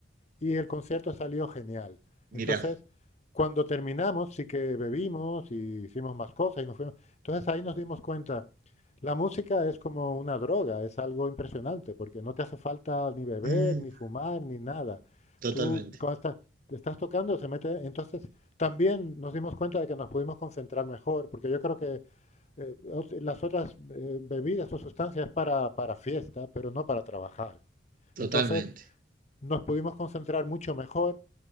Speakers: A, on the left (about 35°); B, on the right (about 45°).
A: y el concierto salió genial.
B: Mirá,
A: Entonces, cuando terminamos, sí que bebimos y hicimos más cosas y nos fuimos. Entonces ahí nos dimos cuenta, la música es como una droga, es algo impresionante, porque no te hace falta ni beber,
B: mm,
A: ni fumar, ni nada.
B: totalmente,
A: Tú, cuando estás, te estás tocando, se mete. Entonces, también nos dimos cuenta de que nos pudimos concentrar mejor, porque yo creo que eh, ot- las otras eh, bebidas o sustancias para, para fiesta, pero no para trabajar.
B: totalmente.
A: Entonces, nos pudimos concentrar mucho mejor